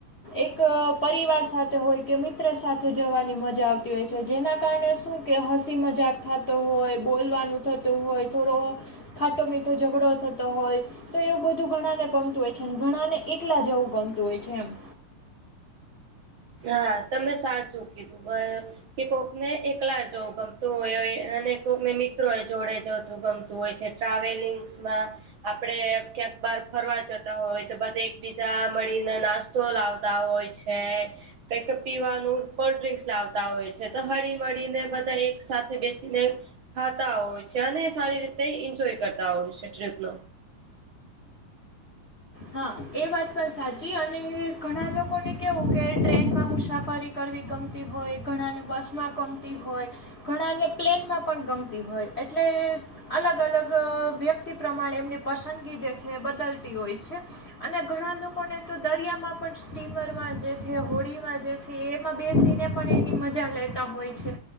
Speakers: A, on the left; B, on the right.
A: એક પરિવાર સાથે હોય કે મિત્ર સાથે જવાની મજા આવતી હોય છે જેના કારણે શું. કે હસી મજાક થતો હોય બોલવાનું થતું હોય થોડો ખાટો મીઠો ઝઘડો થતો હોય. તો એવું બધું ઘણાને ગમતું હોય છે ઘણા ને એટલા જવું ગમતું હોય છે એમ.
B: હા તમે સાચું કીધું. કે કોકને એકલા જોવું ગમતું હોય અને કોકને મિત્રો જોડે જતું ગમતું હોય છે ટ્રાવેલિંગ્સમાં આપડે ક્યાંક બહાર ફરવા જતા હોય તો બધ એકબીજા મળીને નાસ્તો લાવતા હોય હ. કંઈક પીવાનું કોલ્ડ ડ્ર્રીંક્સ લાવતા હોય છે તો હરી મળરીીને બધા એક સાથે બેસીને. ખાતા હોય છે અને સારી રીતે એન્જોય કરતા હોય છે ટ્રીપનો.
A: હા એ વાત પણ સાચી અને ઘણા લોકોને કેવું કે ટ્રેનમાં મુસાફરી. કરવી ગમતી હોય ઘણાને બસમાં ગમતી હોય. ઘણાને પ્લેનમાં પણ ગમતી હોય એટલે અલગ અલગ વ્યક્તિ પ્રમાણે એમની પસંદગી જે છે એ બદલતી હોય છે. અને ઘણા લોકોને તો દરિયામાં પણ સ્ટીમરમાં જે છે હોળીમાં જે છે. એમાં બેસીને પણ એની મજા લેતા હોય છે.